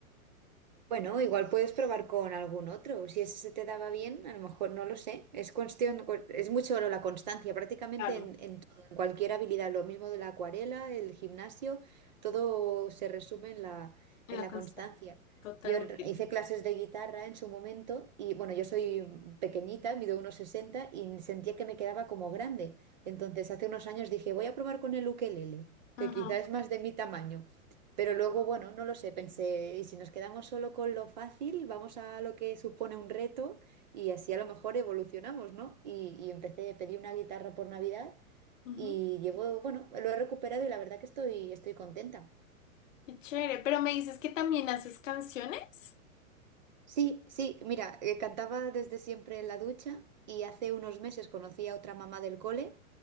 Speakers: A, on the right; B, on the left.
A: Bueno, igual puedes probar con algún otro. Si ese se te daba bien, a lo mejor no lo sé. Es cuestión, es mucho la constancia, prácticamente
B: Claro,
A: en, en todo, en cualquier habilidad. Lo mismo de la acuarela, el gimnasio, todo se resume en la,
B: en
A: en
B: la
A: la
B: constancia.
A: constancia.
B: Totalmente.
A: Yo r- hice clases de guitarra en su momento y bueno, yo soy pequeñita, mido unos 60 y sentía que me quedaba como grande. Entonces hace unos años dije, voy a probar con el ukelele,
B: Ajá.
A: que quizá es más de mi tamaño. Pero luego, bueno, no lo sé, pensé, y si nos quedamos solo con lo fácil, vamos a lo que supone un reto y así a lo mejor evolucionamos, ¿no? Y, y empecé, pedí una guitarra por Navidad
B: Ujú.
A: y llevo, bueno, lo he recuperado y la verdad que estoy, estoy contenta.
B: Qué chévere. Pero me dices que también haces canciones.
A: Sí, sí, mira, eh, cantaba desde siempre en la ducha y hace unos meses conocí a otra mamá del cole